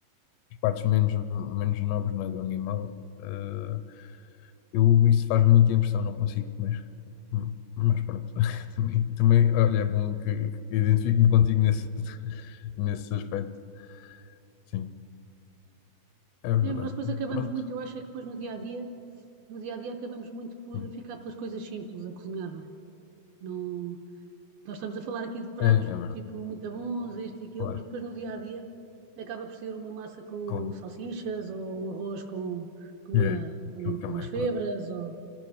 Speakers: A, on the left; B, on the right.
A: partes menos, menos nobres, não é, do animal, eh, eu, isso faz muita impressão, não consigo comer. Hum, Mas pronto, <laughs> também, também, olha, é bom que que identifico-me contigo nesse, <laughs> nesse aspecto. Sim, é verdade.
B: É, mas nós depois acabamos
A: Pronto,
B: muito, eu acho é que depois no dia a dia, no dia a dia acabamos muito por
A: sim,
B: ficar pelas coisas simples a cozinhar, não é? Não, nós estamos a falar aqui de pratos
A: é, é verdade,
B: tipo muito bons, este e aquilo,
A: claro,
B: mas depois no dia a dia acaba por ser uma massa com
A: claro.
B: salsichas ou um arroz com, com, uma,
A: É aquilo
B: com, com
A: que é mais
B: umas febras
A: prático.
B: ou